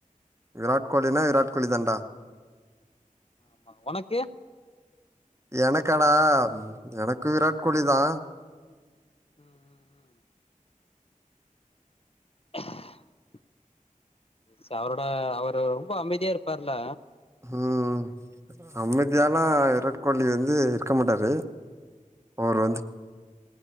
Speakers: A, on the right (about 20°); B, on the left (about 45°).
A: விராட் கோலினா விராட் கோலி தான்டா
B: ஆமா ஒனக்கு
A: எனக்காடா எனக்கு விராட் கோலி தா
B: ம் ம் ம் <inaudible> சவரோட அவரு ரொம்ப அமைதியா இருப்பாருல்ல
A: ம் அமித் இதெல்லா விராட் கோலி வந்து இருக்க மாட்டாரு அவரு வந்து